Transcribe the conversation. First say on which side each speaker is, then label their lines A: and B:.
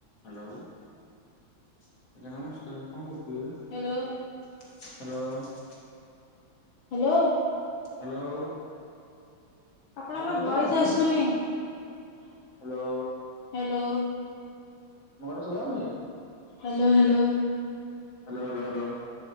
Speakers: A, on the left (about 45°); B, on the left (about 75°).
A: Hello ଆଜ୍ଞା ନମସ୍କାର କଣ କରୁଥିଲେ?
B: ହ୍ୟାଲୋ
A: ହ୍ୟାଲୋ
B: ହ୍ୟାଲୋ
A: ହ୍ୟାଲୋ
B: ଆପଣଙ୍କ
A: ମୋ ଟା ଶୁଭାଯାଉଛି
B: ଭଏସ୍ ଆସୁନି
A: ହ୍ୟାଲୋ
B: ହ୍ୟାଲୋ
A: ମୋ କଥା ଶୁଭା ଯାଉନି?
B: Hello hello
A: hello hello hello